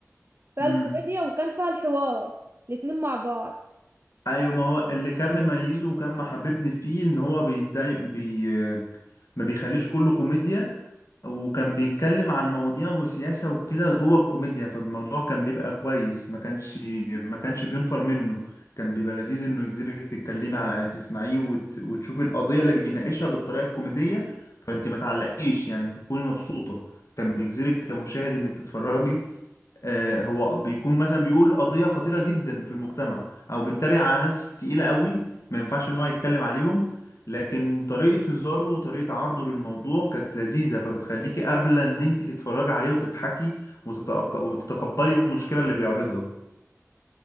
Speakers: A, on the right (about 45°); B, on the left (about 70°).
A: فيها
B: امم
A: الكوميديا وكان فيها الحوار الاتنين مع بعض
B: ايوه ما هو اللي كان مميزه وكان محببني فيه ان هو بيدعي بي ما بيخليش كله كوميديا وكان بيتكلم عن مواضيع وسياسة وكده جوه الكوميديا فالموضوع كان بيبقى كويس ما كانش ما كانش بينفر منه كان بيبقى لذيذ انه يجذبك تتكلمي ع- تسمعيه وت... وتشوفي القضية اللي بيناقشها بالطريقة الكوميدية فانت ما تعلقيش يعني تكوني مبسوطة كان بيجذبك كمشاهد انك تتفرجي آه، هو بيكون مثلا بيقول قضية خطيرة جدا في المجتمع او بيتريق على ناس تقيلة قوي ما ينفعش ان هو يتكلم عليهم لكن طريقة هزاره وطريقة عرضه للموضوع كانت لذيذة فبتخليكي قابلة ان انت تتفرجي عليه وتضحكي وتتأق- وتتقبلي المشكلة اللي بيعرضها